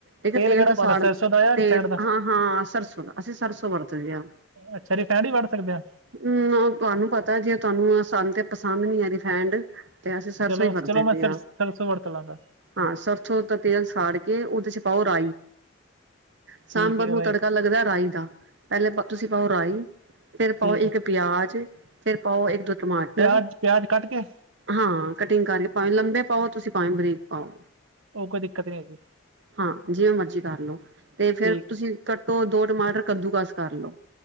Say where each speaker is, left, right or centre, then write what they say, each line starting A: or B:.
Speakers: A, on the right; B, on the right.
A: <unintelligible> ਤੇਲ
B: ਕਿਹੜਾ
A: ਤੋਂ
B: ਪਾਉਣਾ
A: ਸਾੜ
B: ਸਰਸੋਂ ਦਾ ਜਾਂ
A: ਤੇਲ
B: ਰਿਫੈਂਡ ਦਾ
A: ਹਾਂ ਹਾਂ, ਸਰਸੋਂ ਦਾ ਅਸੀਂ ਸਰਸੋਂ ਵਰਤਦੇ ਆ।
B: ਅੱਛਾ ਰਿਫੈਂਡ ਹੀ ਵਰਤ ਸਕਦੇ ਹਾਂ
A: ਨਾ ਤੁਹਾਨੂੰ ਪਤਾ ਜੇ ਤੁਹਾਨੂੰ ਸਾਨੂੰ ਤੇ ਪਸੰਦ ਨੀ ਐ ਰੀਫੈਂਡ ਤੇ ਅਸੀਂ ਸਰਸੋਂ
B: ਚਲੋ
A: ਈ ਵਰਤ
B: ਚਲੋ ਮੈਂ
A: ਦੇ
B: ਸਰ
A: ਆ।
B: ਸਰਸੋਂ ਵਰਤ ਲਾਂਗਾ
A: ਹਾਂ, ਸਰਸੋ ਦਾ ਤੇਲ ਸਾੜ ਕੇ ਉਹਦੇ ਚ ਪਾਓ ਰਾਈ ਸਾਂਬਰ
B: ਠੀਕ ਹੈ
A: ਨੂੰ
B: ਰਾਈ
A: ਤੜਕਾ ਲੱਗਦਾ ਰਾਈ ਦਾ, ਪਹਿਲੇ ਤੁਸੀਂ ਪਾਓ ਰਾਈ ਫਿਰ
B: ਠੀਕ
A: ਪਾਓ
B: ਹੈ
A: ਇੱਕ ਪਿਆਜ ਫਿਰ ਪਾਓ ਇੱਕ ਦੋ ਟਮਾਟਰ
B: ਪਿਆਜ ਪਿਆਜ ਕੱਟ ਕੇ
A: ਹਾਂ, ਕਟਿੰਗ ਕਰਕੇ ਪਾਵੇ ਲੰਬੇ ਪਾਓ ਤੁਸੀਂ ਪਾਵੇ ਬਰੀਕ ਪਾਓ।
B: ਉਹ ਕੋਈ ਦਿੱਕਤ ਨਹੀਂ ਹੈਗੀ
A: ਹਾਂ, ਜਿਵੇਂ ਮਰਜੀ ਕਰ ਲੋ ਤੇ ਫੇਰ
B: ਠੀਕ
A: ਤੁਸੀਂ ਕੱਟੋ ਦੋ ਟਮਾਟਰ ਕੱਦੂ ਕਸ ਕਰਲੋ